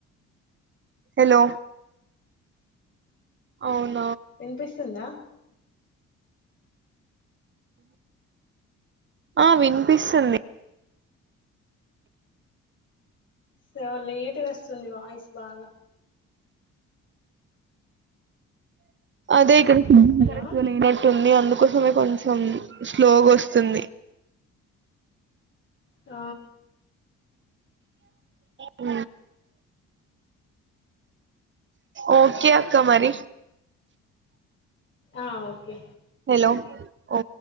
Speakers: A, on the right (about 40°); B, on the left (about 40°).
A: హలో అవును
B: వినిపిస్తుందా
A: ఆ వినిపిస్తుంది
B: చూసావా లేట్గా గస్తుంది వాయిస్ బాగా
A: అదే కరెక్టుగా
B: హలో
A: లేనట్టుంది అందు కోసమే కొంచెం స్లోగా వస్తుంది
B: ఆ
A: ఉ ఓకే అక్క మరి
B: ఆ ఓకే
A: హలో ఓ